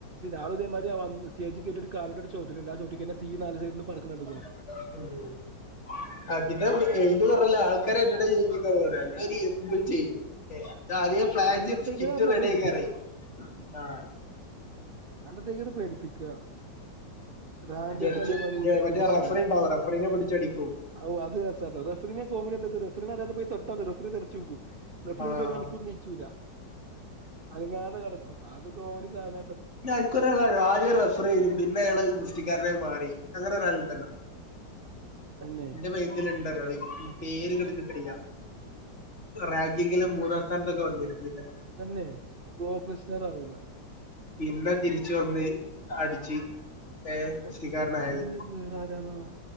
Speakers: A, on the right; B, on the left.
A: ആള് ഇതേമാരിയാ വന്ന് സ്റ്റേജി കേരീറ്റ് ഒരു കാലോണ്ടട് ച അത് ചവുട്ടി കയിഞ്ഞാ തീ നാല് സൈഡിന് <unintelligible> <unintelligible>
B: ഉം <unintelligible> പറഞ്ഞല്ല ആൾക്കാര് അയിന്റെടെ ജീവി <unintelligible> തി എന്തും ചെയ്യുംഇത് ആദ്യേ പ്ലാൻ
A: അണ്ടർടേക്കർ
B: ചെയ്ത് സ്കിറ്റ്
A: അറിഞ്ഞ
B: റെഡി
A: പേടിപ്പിക്കുക
B: ആയിക്കാരായി ആഹ്
A: ടേക്ക് പറഞ്ഞ് പേടിപ്പിക്കാ <unintelligible>
B: ജഡ്ജ്
A: അതേമാരി
B: മറ്റേ
A: ഫിനിഷിങ്ങ്
B: റഫറി ഉണ്ടാവും റഫറിനെ പിടിച്ചടിക്കും
A: അവൂ <unintelligible> റഫറി കോമഡി എന്താച്ച റഫറി അറിയാതെ പോയി തൊ താന്ന് റഫറി തെ ചൂകും. റഫറി
B: ആഹ്
A: ന്നിട്ട് ഒരു മണിക്കൂർ ണീച്ചുലാ അനങ്ങാതെ കിടക്കും. അതൊക്ക ഓടി സാന
B: ഞങ്ങക്കൊരാളായിരുന്നു ആദ്യം റഫർ ചെയ്യും പിന്നെ അയാൾ ഗുസ്തിക്കാരനായി മാറി. അങ്ങനെ ഒരാളുണ്ടല്ലോ?
A: തന്നെ
B: എന്റെ മൈൻഡില് ഇണ്ട് ഒരാള് പേര് ഇങ്ങട് കിട്ടണില്ല. റാങ്കിങ്ങില് മൂന്നാം സ്ഥാനത്തൊക്കെ വന്നി അ
A: തന്നേ ഗോകൃഷ്ണറാവൂലാ?
B: പിന്നെ തിരിച്ച് വന്ന് അടിച്ച് ഏഹ്
A: <unintelligible>
B: ഗുസ്തിക്കാരനായത്
A: വേറെ ആരാണാവോ